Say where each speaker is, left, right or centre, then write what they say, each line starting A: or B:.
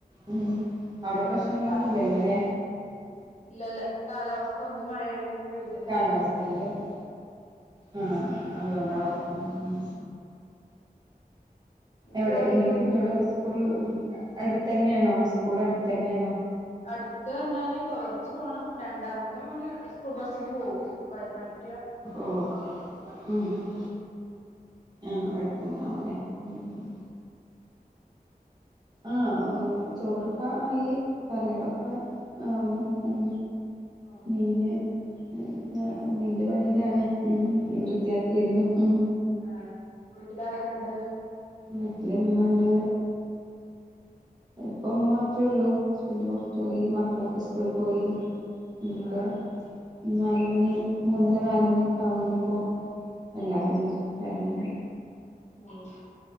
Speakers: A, on the right; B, on the left.
A: ഉം അവിടെ പ്രശ്നങ്ങളൊന്നുല്ലല്ലോ
B: അത് കാലാവസ്ഥ
A: ലേ
B: ഇല്ലല്ല കാലാവസ്ഥ ഒന്ന് മഴയാണെങ്കി ഒന്ന് വെയിൽ
A: കാലാവസ്ഥന്റൊരു ആഹ് അതൊണ്ടാവും ഉം ഉം
B: ഉം എന്റെ
A: എവിടെ
B: ജോലിയൊക്കെ
A: എങ്ങനെ
B: ഒരുങ്ങി
A: കുട്ടയാൾ <unintelligible> സ്കൂള് അടുത്തന്നേണോ സ്കൂൾ അടുത്തന്നേണോ
B: അടുത്ത് പറഞ്ഞാല് കൊറച്ച് പോണം. രണ്ടാമത്തെ മോന് സ്കൂൾബസിന് പോവും. <unintelligible>
A: ഓഹ ഉം ഉം ആഹ് അട്ത്തന്നെ ആവൂല്ലേ ഉം ഉം ആഹ് ചോറൊക്കെ ആയി കറികളൊക്കെ ആവണു ഉം
B: ആഹ്
A: മീന് ഞാ മീന്റെ പണിയിലാണ് ഉം മീൻ വൃത്തിയാക്കേര്ന്നു ഉം
B: ആഹ് വീട്ടിലാരൊക്കെണ്ട്?
A: വീട്ടില്മ്മണ്ട് ഇപ്പം മ്മ മാത്രേ ഉള്ളൂ. ഹസ്ബന്റ് പുറത്തു പോയി മക്കളൊക്കെ സ്കൂളിൽ പോയി. ഇഞ്ഞിപ്പോ
B: ആഹ് ആഹ്
A: നാലുമണി മൂന്നര നാലുമണിയൊക്കെ ണ്ടാവും ഞ്ഞിപ്പോ എല്ലാവരും ഒന്ന് എർങ്ങെങ്കിൽ.
B: ഓഹ്.